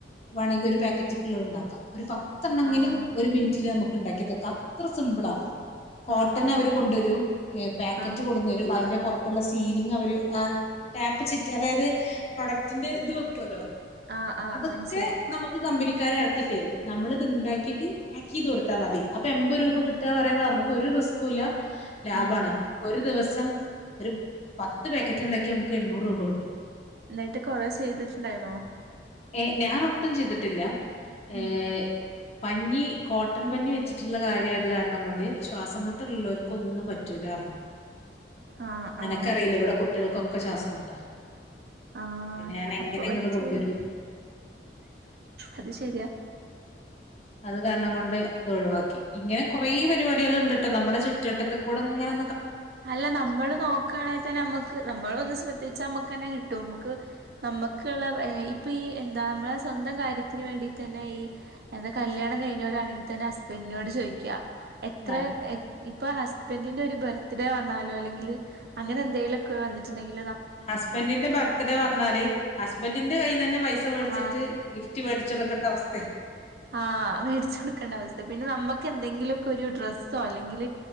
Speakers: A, on the left (about 35°); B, on the right (about 55°).
A: വേണമെങ്കിൽ ഒരു പാക്കറ്റ്ക്ക്ള്ളത് ഉണ്ടാക്കാം ഒരു പത്തെണ്ണങ്കിലും
B: ആഹ് ആഹ്
A: ഒരു മിനിറ്റില് നമുക്ക് ഉണ്ടാക്കി തീർക്കാം അത്ര സിംപിളാ കോട്ടൺ
B: ആഹ് ആഹ്
A: അവര് കൊണ്ടുവരും പാക്കറ്റ്
B: ആഹ്
A: കൊടുന്ന് വരും അതിന്റെ പുറത് അത്തുള്ള സീലിംഗ് അവര് ടാപ്പ് ചിറ്റ് അതായത് പ്രൊഡക്റ്റിന്റെ ഇത് വെക്കുവല്ലോ
B: ആഹ് ആഹ്
A: അതൊക്കെ
B: മനസ്സിലായി
A: നമുക്ക് കമ്പനി ഇറക്കിത്തരും നമ്മളത് ഇണ്ടാക്കിട്ട് പാക്ക് ചെയ്ത് കൊടുത്താ മതി അപ്പൊ എമ്പത് രൂപ
B: ഉം
A: കിട്ടാ പറയുമ്പോ നമുക്ക് ഒരു റിസ്കൂല്ല ലാഭാണ്
B: ഉം
A: ഒരു ദിവസം ഒരു പത്ത് പാക്കറ്റ് ഉണ്ടാക്കി നമുക്ക് എണ്ണൂറ് രൂപ കിട്ടും
B: എന്നിട്ട് കൊറെ ചെയ്തിട്ടുണ്ടായിന്നോ
A: ഏഹ് ഞാനൊട്ടും ചെയ്തിട്ടില്ല ഏഹ്
B: ഉം
A: പഞ്ഞി കോട്ടൺ പഞ്ഞി വെച്ചിട്ടുള്ള കാര്യമായത് കാരണം കൊണ്ട് ശ്വാസം മുട്ടുള്ളവർക്ക് ഒന്നും പറ്റൂല പറഞ്ഞു
B: ആഹ്
A: നിനക്കറിയില്ല
B: ആഹ്
A: ഇവിടെ കുട്ടികൾക്കൊക്കെ ശ്വാസം മുട്ടാ
B: ആഹ്
A: പിന്നെ ഞാൻ എങ്ങനെ
B: അപ്പ
A: ഇങ്ങോട്ട്
B: പച്ചൂല
A: കൊണ്ടുവരും
B: അത് ശരിയാ
A: അത് കാരണം കൊണ്ട് അതൊഴിവാക്കി ഇങ്ങനെ കുറേ പ പരിപാടികൾ ഇണ്ട്ട്ട നമ്മുടെ ചുറ്റുവട്ടത്തി കൂടെങ്ങനെ
B: അല്ല നമ്മള് നോക്കുകയാണെങ്കിൽ തന്നെ നമ്മുക്ക് നമ്മൾ ഒന്ന് ശ്രദ്ധിച്ചാ നമ്മുക്ക് തന്നെ കി കിട്ടും നമക്ക് നമ്മുക്കുള്ള ഇപ്പൊ ഈ എന്താ നമ്മളെ സ്വന്തം കാര്യത്തിന് വേണ്ടി തന്നെ ഈ എന്താ കല്യാണം കഴിഞ്ഞ വരണക്കിൽ തന്നെ ഹസ്ബൻറിിനോട് ചോദിക്കുക എത്ര
A: വേണം
B: ഇപ്പൊ ഹസ്ബൻഡിന്റെ ഒരു ടെ വന്നാലോ അല്ലെങ്കിൽ അങ്ങന എന്തെലിലൊക്കെ വന്നിട്ടുണ്ടെങ്കിൽ
A: ഹസ്ബന്ഡിന്റെ ബർത്ത്ഡേ വന്നാല് ഹസ്ബന്ഡിന്റെ കയ്യിൽ നി തന്നെ പൈസ മേടിച്ചിട്ട്
B: ആ
A: ഗിഫ്റ്റ് പിടിച്ചെടുക്കേണ്ട അവസ്ഥ
B: ആഹ മേടിച്ചു കൊടുക്കേണ്ട അവസ്ഥ പിന്നെ നമ്മക്ക് എന്തെങ്കിലും ഒരു ഡ്രസോ അല്ലെങ്കിൽ